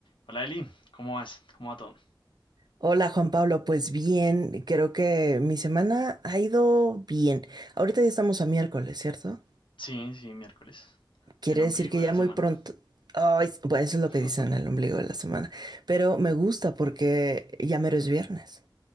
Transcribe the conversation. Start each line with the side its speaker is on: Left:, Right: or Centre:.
Left: Hola Eli, ¿cómo vas? ¿Cómo va todo?
Right: Hola Juan Pablo, pues bien, creo que mi semana ha ido bien. Ahorita ya estamos a miércoles, ¿cierto?
Left: Sí, sí, miércoles,
Right: Quiere
Left: el ombligo
Right: decir que
Left: de
Right: ya
Left: la semana.
Right: muy pronto... Ay, bueno, eso es lo
Left: <laughs>
Right: que dicen el ombligo de la semana, pero me gusta porque ya mero es viernes.